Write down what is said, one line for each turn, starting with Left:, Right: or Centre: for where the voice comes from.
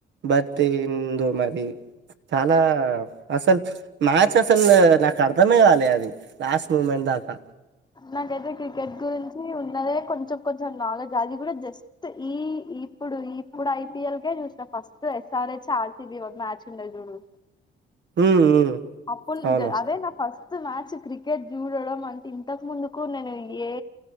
Right: బర్త్ ఏందో మరి చాలా అసలు మ్యాచ్ అసలు నాకు అర్థమే కాలే అది లాస్ట్ మూమెంట్ దాకా
Left: నాకైతే క్రికెట్ గురించి ఉన్నదే కొంచెం కొంచెం నాలెడ్జ్ అది కూడా జస్ట్ ఈ ఇప్పుడు ఇప్పుడు ఐపిఎల్కే చూస్నా ఫస్ట్ ఎస్ఆర్ హెచ్ ఆర్సిబి ఒక మ్యాచ్ ఉండదిచూడు
Right: ఉమ్ ఉమ్
Left: అప్పుల్
Right: అవును
Left: అదే నా ఫస్ట్ మ్యాచ్ క్రికెట్ జూడడం అంటే ఇన్ ఇంతకు ముందుకు నేను ఏ